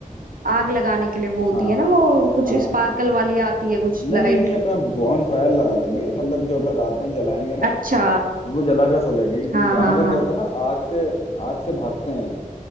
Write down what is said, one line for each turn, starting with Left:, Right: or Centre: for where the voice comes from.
Right: आग लगाने के लिए वो होती
Left: हाँ
Right: है ना वो कुछ
Left: हाँ
Right: स्पार्कल वाली आती है कुछ
Left: नहीं
Right: लाइट
Left: नहीं नहीं अपना बॉन फायर लगा लेंगे मतलब जो अपना रात में जलाएंगे ना
Right: अच्छा
Left: वो जला कर सो जाएंगे क्योंकि
Right: हाँ
Left: जानवर
Right: हाँ हाँ
Left: क्या होता है ना आग से आग से भागते हैं